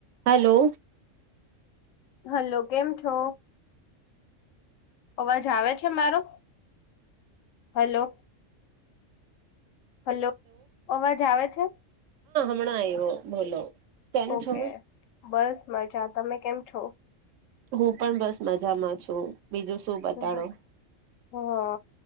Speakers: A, on the right; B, on the left.
A: Hello
B: hello કેમ છો અવાજ આવે છે મારો હલો હલો અવાજ આવે છે.
A: હમણા આયવો બોલો કેમ
B: ઓકે
A: છો
B: બસ મજા તમે કેમ છો
A: હું પણ બસ મજામાં છું. બીજું શું બતાડો
B: હા